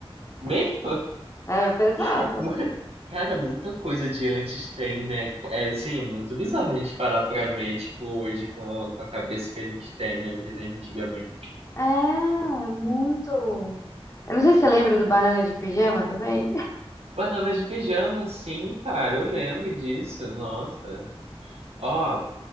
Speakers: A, on the right; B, on the left.
A: Meio?
B: É pesado.
A: <laughs> Mu- Cara, muita coisa de antes tem, né? É, assim, é muito bizarro a gente parar pra ver, tipo, hoje com, com a cabeça que a gente tem, né? Hoje, né, Antigamente.
B: É, é muito. Eu não sei se você lembra do Banana de Pijama também. <laughs>
A: Panela de pijama, sim, cara, eu lembro disso, nossa. Ó,